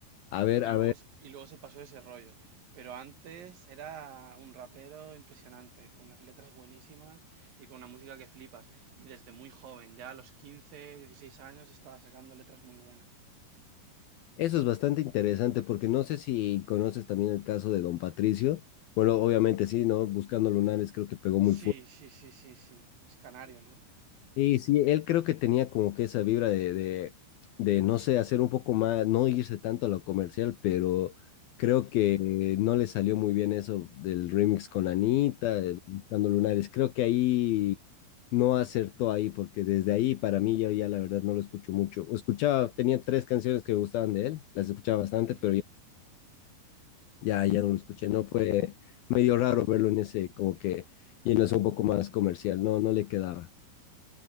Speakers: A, on the left (about 75°); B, on the right (about 60°).
A: A ver,
B: Y
A: a
B: luego,
A: ver.
B: se- y luego se pasó ese rollo. Pero antes era un rapero impresionante, con unas letras buenísimas y con una música que flipas. Y desde muy joven, ya a los 15 16 años, estaba sacando letras muy buenas.
A: Eso es bastante interesante porque no sé si conoces también el caso de Don Patricio. Bueno, obviamente sí, ¿no? Buscando lunares creo que pegó muy fuerte.
B: Sí, sí, sí, sí, sí. Es canario, ¿no?
A: Y sí, él creo que tenía como que esa vibra de, de, de, no sé, hacer un poco más, no irse tanto a lo comercial, pero creo que no le salió muy bien eso del remix con Anita, el Buscando lunares. Creo que ahí no acertó ahí porque desde ahí para mí yo ya la verdad no lo escucho mucho. O escuchaba, tenía tres canciones que me gustaban de él, las escuchaba bastante,
B: Ujú.
A: pero ya... Ya, ya no lo escuché, no fue medio raro verlo en ese, como que, y en eso un poco más comercial, no, no le quedaba.